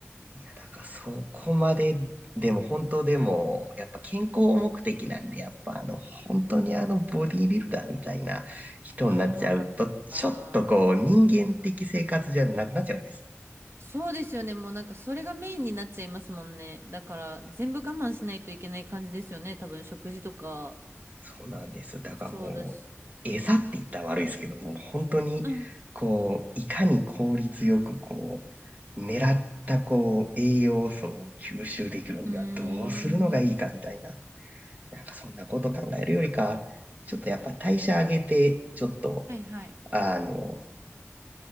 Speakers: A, on the right (about 35°); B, on the right (about 60°).
A: いや、だからそこまで、でも本当でも、やっぱ健康目的なんで、やっぱあの、本当にあの、ボディービルダーみたいな人になっちゃうと、
B: あーあー、
A: ちょっとこう、人間的生活じゃなくなっちゃうんですね。
B: そうですよね。もうなんかそれがメインになっちゃいますもんね。だから全部我慢しないといけない感じですよね。多分食事とか、
A: そうなんです。だからもう、
B: そうだし。
A: 餌って言ったら悪いですけども、本当に、
B: うん。
A: こう、いかに効率よく、こう、狙った、こう、栄養素を吸収できるにはどうするのがいいかみたいな、
B: うーん。
A: なんかそんなこと考えるよりか、ちょっとやっぱ代謝上げて、ちょっと、
B: はいはい。
A: あの、